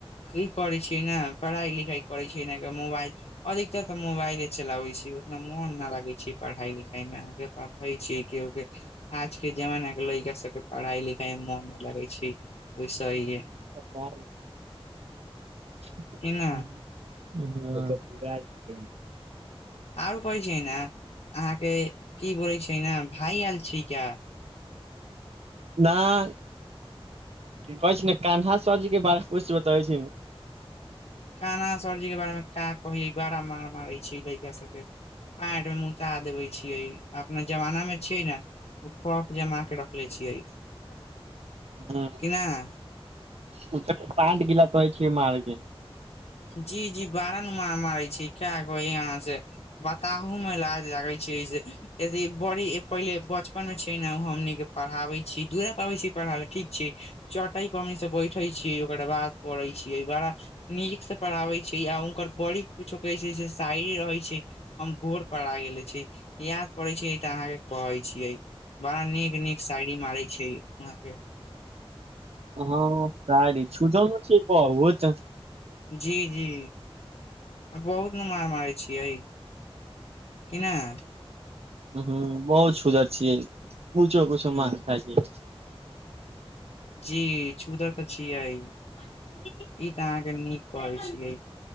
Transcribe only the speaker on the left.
कि करै छियै ने पढ़ाइ लिखाइ करैत छीयै मोबाइल अधिकतर तऽ मोबाइले चलाबे छै उतना मोन न लागैत छै पढ़ाइ लिखाइ मे अहाँके पे <unintelligible> छी के के आज के जमाना के लड़िका सब के पढ़ाई लिखाई मे मोन न लगे छै तहिए
कि न
आओर कहै छै ने अहाँके की बोलै छै ने भाय आयल छी का
काना सरजी के बारे मे का कय बड़ा मार मारै छै लड़का सबके पेंट मे मुता देबे छियै अपना जमाना मे छियै ने ओ खौफ जमा के रखले छियै कि
नहि <unintelligible>
जी जी बारा नु मार मारे छी क अहाँ से बताबहू मे लाज लागे छियै से जे बड़ी पहिले बचपन मे छै ने हमनीके पढ़ाबै छी दूर पर आबै छी पढ़ाबै ठीक छै चट‌इ पर म से बैठे छीयै ओकर बाद करै छीयै एहि बारा नीक से पढ़ाबै छै आ हुनकर बड़ी कुछो कहै छै शायरी रहै छै हम भोर परा गेले छै याद पड़ै छै ई तऽ अहाँके कहै छियै बड़ा नीक नीक साायरी मारै छै वहाँ के
जी जी आ बहुत ने मार मारै छियै कि न
जी सुघर तऽ छियै ई तऽ अहाँके नीक कहै छियै